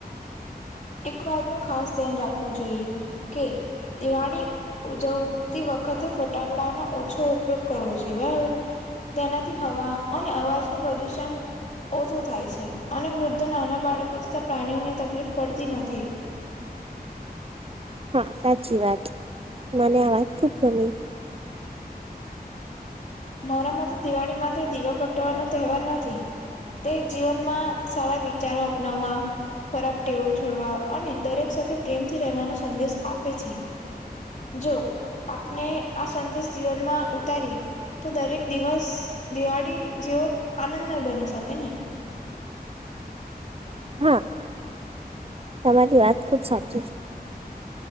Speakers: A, on the left (about 50°); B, on the right (about 35°).
A: એક વાત નું ખાસ ધ્યાન રાખવું જોઈએ કે દિવાળી ઉજવતી વખતે ફટાકડાનો ઓછો ઉપયોગ કરવો છે બરાબર તેનાથી હવા અને અવાજનું પ્રદુષણ ઓછું થાય છે અને વૃદ્ધો નાના બાળકો તથા પ્રાણીઓને તકલીફ પડતી નથી
B: હા સાચી વાત મને આ વાત ખુબ ગમી
A: મારા માટે દિવાળી માત્ર દીવા પ્રગટાવાનો તહેવાર નથી તે જીવનમાં સારા વિચારો અપનાવવા ખરાબ ટેવો છોડવા અને દરેક સાથે પ્રેમથી રહેવાનો સંદેશ આપે છે જો આપને આ સંદેશ જીવનમાં ઉતારી તો દરેક દિવસ દિવાળી જેવો આનંદમય બની શકે ને
B: હા તમારી વાત ખુબ સાચી છે